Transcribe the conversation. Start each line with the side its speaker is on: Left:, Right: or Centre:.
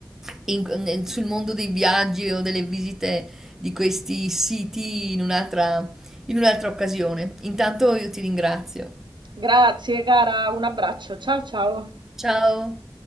Centre: in- in- sul mondo dei viaggi o delle visite di questi siti in un'altra, in un'altra occasione. Intanto io ti ringrazio.
Right: grazie cara, un abbraccio, ciao ciao.
Centre: Ciao.